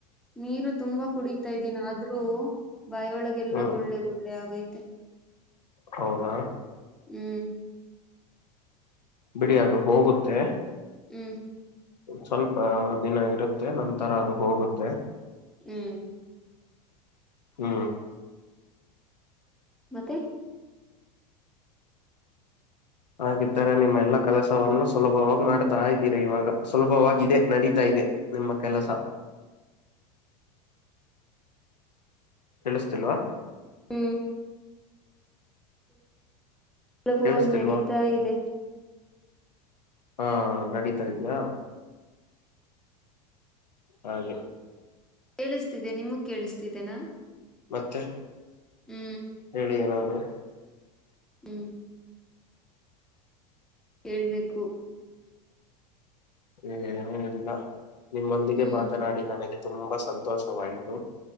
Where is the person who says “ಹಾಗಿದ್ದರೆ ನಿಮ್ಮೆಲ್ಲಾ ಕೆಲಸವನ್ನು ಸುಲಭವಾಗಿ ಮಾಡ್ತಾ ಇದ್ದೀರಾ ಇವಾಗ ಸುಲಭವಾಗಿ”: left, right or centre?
Left